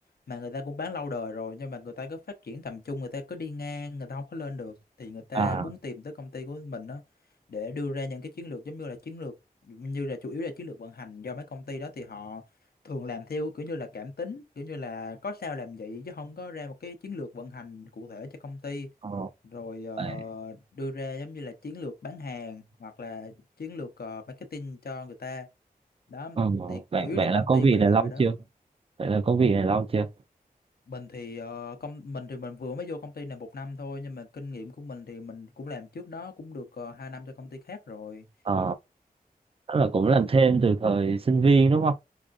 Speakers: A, on the left; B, on the right.
A: mà người ta cũng bán lâu đời rồi nhưng mà người ta cứ phát triển tầm trung người ta cứ đi ngang người ta không có lên được thì người ta
B: à
A: muốn tìm tới công ty của mình đó để đưa ra những cái chiến lược giống như là chiến lược như là chủ yếu là chiến lược vận hành do mấy công ty đó thì họ thường làm theo kiểu như là cảm tính kiểu như là có sao làm vậy chứ không có ra một cái chiến lược vận hành cụ thể cho công ty
B: ờ,
A: rồi ờ,
B: bạn,
A: đưa ra giống như là chiến lược bán hàng hoặc là chiến lược ờ, marketing cho người ta đó
B: ừ,
A: thì
B: bạn
A: chủ yếu
B: bạn
A: là công
B: là công
A: ty
B: việc
A: mình
B: này
A: làm
B: lâu
A: về đó
B: chưa bạn là công việc này lâu chưa
A: mình thì ờ, công mình thì mình vừa mới vô công ty này một năm thôi nhưng mà kinh nghiệm của mình thì mình cũng làm trước đó cũng được uh, hai năm cho công ty khác rồi
B: ờ Tức là cũng
A: ừ,
B: làm thêm từ thời sinh viên đúng không?